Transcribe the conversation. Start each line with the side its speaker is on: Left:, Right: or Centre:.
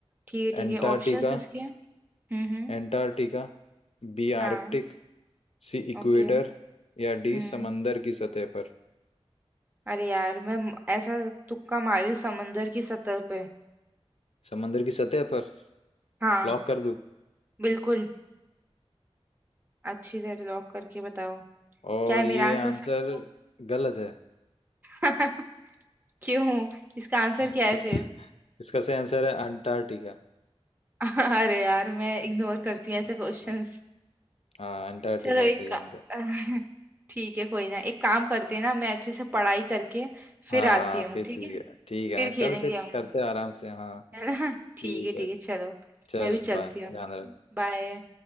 Right: ठीक है ठीक
Left: Antarctica
Right: है ऑप्शंस इसके हम्म हम्म
Left: Antarctica B
Right: हाँ
Left: Arctic C equator
Right: ओके
Left: या डी
Right: हम्म
Left: समंदर की सतह पर
Right: अरे यार मैं म- ऐसा तुक्का मारी हूँ समंदर की सतह पे
Left: समंदर की सतह पर
Right: हाँ
Left: लॉक कर दूं
Right: बिल्कुल अच्छी तरह लॉक करके बताओ
Left: और
Right: क्या है मेरा
Left: ये
Right: आंसर
Left: आंसर
Right: सही
Left: गलत है
Right: है <laughs> क्यों इसका आंसर
Left: <laughs>
Right: क्या है
Left: इसका
Right: फिर
Left: इसका सही आंसर है अंटार्कटिका
Right: <laughs> अरे यार मैं इग्नोर करती हूँ ऐसे
Left: हाँ
Right: क्वेश्चंस
Left: हाँ, अंटार्कटिका
Right: चलो एक
Left: सही
Right: का-
Left: आंसर
Right: <laughs> ठीक है कोई ना एक काम करते हैं ना मैं अच्छे से पढ़ाई करके फिर
Left: हाँ
Right: आती हूँ
Left: फिर
Right: ठीक
Left: ठीक
Right: है
Left: है ठीक है
Right: फिर
Left: ना
Right: खेलेंगे
Left: चल फिर
Right: हम है
Left: करते हैं आराम से हाँ
Right: ना <laughs> ठीक
Left: ठीक
Right: है ठीक
Left: है
Right: है चलो
Left: चल
Right: मैं भी चलती
Left: बाय
Right: हूँ
Left: ध्यान
Right: ठीक
Left: रख
Right: है बाय